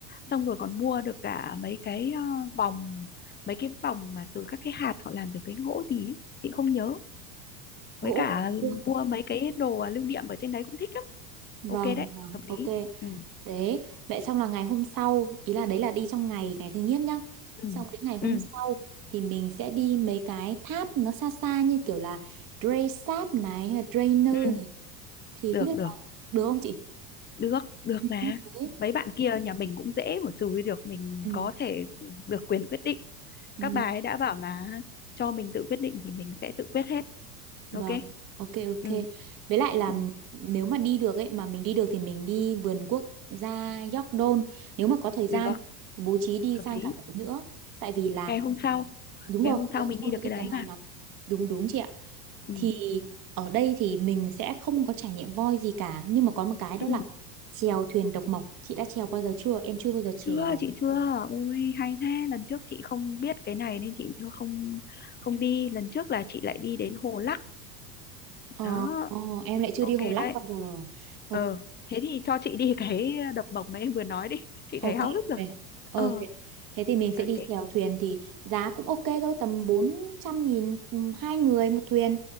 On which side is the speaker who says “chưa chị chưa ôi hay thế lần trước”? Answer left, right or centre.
Left